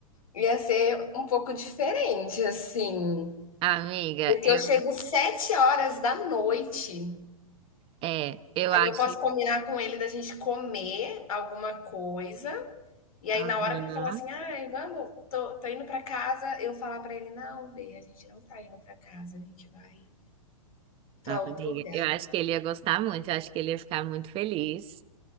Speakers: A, on the left (about 75°); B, on the right (about 30°).
A: Ia ser um pouco diferente, assim,
B: Amiga,
A: porque
B: eu
A: eu chego sete horas da noite
B: é, eu
A: aí
B: acho.
A: eu posso combinar com ele da gente comer alguma coisa, e aí
B: Aham.
A: na hora que ele falar assim: "Ai, vamos, tô tô indo pra casa", eu falar pra ele: "Não, bê, a gente não tá indo pra casa, a gente vai pra
B: Nossa,
A: outro
B: amiga,
A: lugar".
B: eu acho que ele ia gostar muito, eu acho que ele ia ficar muito feliz.